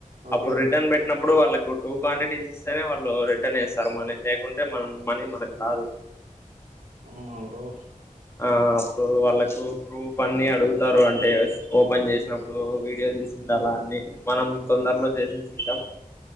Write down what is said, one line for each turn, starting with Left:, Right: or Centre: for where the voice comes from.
Right: ఓకే
Left: అప్పుడు రిటర్న్
Right: బ్రో
Left: పెట్టినప్పుడు వాళ్ళ టూ క్వాంటిటీస్ ఇస్తేనే వాళ్ళు రిటర్న్ ఇస్తారు మనీ లేకుంటే మన మనీ మనకు రాదు
Right: ఆ బ్రో
Left: ఆ అప్పుడు వాళ్ళకు ప్రూఫ్ అన్ని అడుగుతారు అంటే ఓపెన్ చేసినప్పుడు వీడియో తీసింది అలా అన్ని మనం తొందరలో చేసేసి ఉంటాం